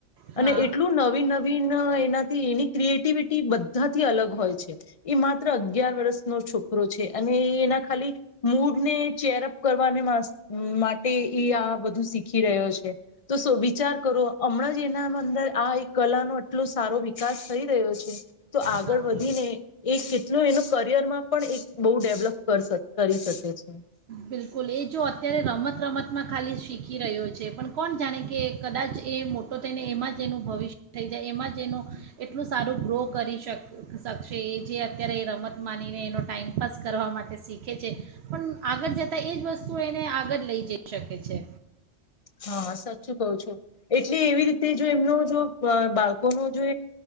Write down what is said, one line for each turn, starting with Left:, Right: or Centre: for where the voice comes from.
Right: હા
Left: અને એટલું નવી નવીન એનાથી એની ક્રિએટિવિટી બધાથી અલગ હોય છે એ માત્ર અગીયાર વર્ષ નો છોકરો છે અને એના ખાલી મૂડને ચેરઅપ કરવાને માટે એ આ બધું શીખી રહ્યો છે તો વિચાર કરો હમણાં જ એના અંદર આ એક કલાનો એટલો સારો વિકાસ થઈ રહ્યો છે તો આગળ
Right: હા
Left: વધીને એ કેટલું એનું કરિયરમાં પણ એક બહુ ડેવલપ કરી શકે છે
Right: બિલકુલ એ જો અત્યારે રમત રમત માં ખાલી શીખી રહ્યો છે પણ કોણ જાણે કે કદાચ એ મોટો થઈને એમાં જ એનું ભવિષ્ય થઈ જાય એમાં જ એનું એટલું સારું ગ્રો કરી શક શકશે એ જે અત્યારે એ રમત માનીને એનો ટાઈમપાસ કરવા માટે શીખે છે પણ આગળ જતા એ જ વસ્તુ એને આગળ લઈ જઈ શકે છે
Left: હા, સાચું કહું છું એટલે એવી રીતે જો એમનો જો બાળકોનો જો